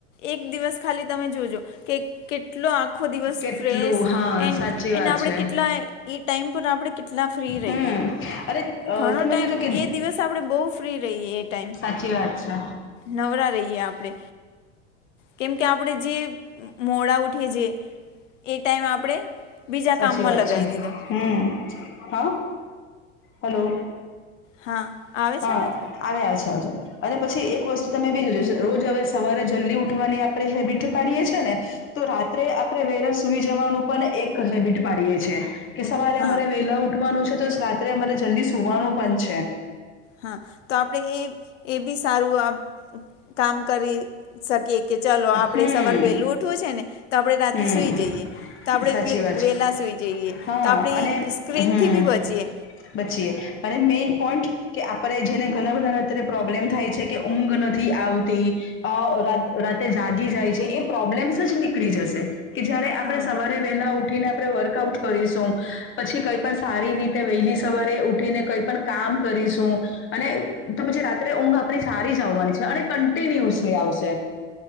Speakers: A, on the left; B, on the left.
A: એક દિવસ ખાલી તમે જોજો કે કેટલો આખો દિવસ
B: કેટલું
A: ફ્રેશ
B: હા
A: એન્ડ
B: સાચી વાત
A: આપડે
B: છે.
A: કેટ ના એ ટાઈમ પર આપડે કેટલા ફ્રી
B: હમ્મ
A: રહીએ
B: અરે
A: ઘણો
B: તમે
A: ટાઈમ
B: જોજો કે
A: એ દિવસ આપણે બહુ ફ્રી રહીએ એ ટાઈમ
B: સાચી વાત છે.
A: નવરા રહીએ આપણે કેમકે આપણે જે મોડા ઉઠીએ છીએ એ ટાઈમ આપણે બીજા
B: સાચી
A: કામમાં
B: વાત
A: લગાવી
B: છે
A: દીધો
B: હમ્મ હા હલો.
A: હા આવે
B: હા
A: છે અવાજ.
B: આવે આવે છે અવાજો અને પછી એક વસ્તુ તમે બીજું જો રોજ હવે સવારે જલ્દી ઉઠવાની આપણે હેબિટ પાડીએ છીએ ને તો રાત્રે આપણે વેલા સુઈ જવાનું પણ એક હેબિટ પાડીએે છે. કે સવારે
A: હા
B: અમારે વેલા ઉઠવાનું છે તો રાત્રે અમારે જલ્દી સુવાનું પણ છે.
A: હા તો આપણે એ એ બી સારું આ કામ કરી શકીએ. કે ચાલો આપણેે
B: હમ
A: સવાર વેહલું ઉઠવું છે ને તો આપણેે રાતે
B: હમ
A: સુઈ જઈએ. તો આપણે
B: સાચી
A: વે
B: વાત
A: વેલા
B: છે
A: સુઈ જઈએ
B: હા
A: તો આપણે
B: અને
A: સ્ક્રીનથી
B: હમ
A: બી બચીએ.
B: બચીએ અને મેઈન પોઈન્ટ કે આપડે જેને ઘણા બધાને અત્યારે પ્રોબ્લેમ થાય છે કે ઊંઘ નથી આવતી અ રાતે જાગી જાય છે એ પ્રોબ્લેમ્સ જ નીકળી જશે કે જયારે આપણે
A: હા
B: સવારે વેલા ઉઠીને આપણે વર્કઆઉટ કરીશું પછી કઈ પણ સારી રીતે વહેલી સવારે ઉઠીને કઈ પણ કામ કરીશું અને તો પછી રાત્રે ઊંઘ આપણી સારી જ આવવાની છે અને કન્ટિન્યુઅસલી આવશે.